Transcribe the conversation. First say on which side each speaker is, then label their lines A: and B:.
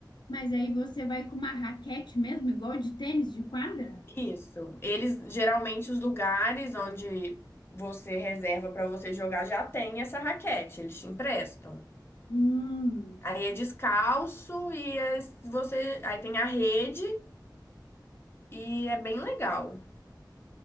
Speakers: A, on the left; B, on the left.
A: Mas aí você vai com uma raquete mesmo, igual de tênis de quadra?
B: Isso. Eles geralmente os lugares onde você reserva para você jogar já tem essa raquete, eles te emprestam.
A: Hum,
B: Aí é descalço e é- você aí tem a rede e é bem legal.